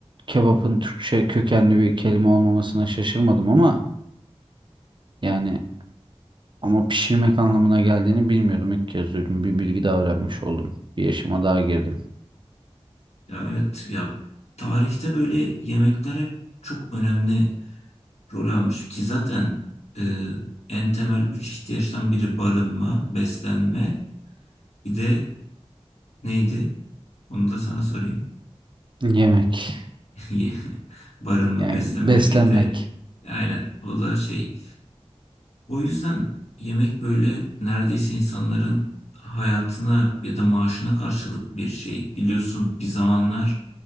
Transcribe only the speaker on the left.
Ya evet ya tarihte böyle yemekler hep çok önemli rol almış ki zaten e, en temel üç ihtiyaçtan biri barınma, beslenme bir de neydi? Onu da sana sorayım.
Ye- <laughs> Barınma,
beslenme
bir de aynen o da şey. O yüzden yemek böyle neredeyse insanların hayatına ya da maaşına karşılık bir şey. Biliyorsun bir zamanlar